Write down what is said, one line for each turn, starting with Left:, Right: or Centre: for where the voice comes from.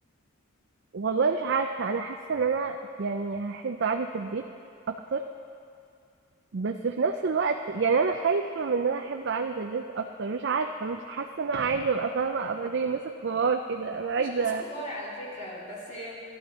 Right: والله مش عارفة أنا حاسة إن أنا يعني هحب قعدة البيت أكتر بس في نفس الوقت يعني أنا خايفة من إن أنا أحب قعدة البيت أكتر مش عارفة مش حاسة إن أنا عايزة أبقى فاهمة أبقى زي الناس الكبار كده أنا عايزة
Left: مش ناس كبار على فكرة بس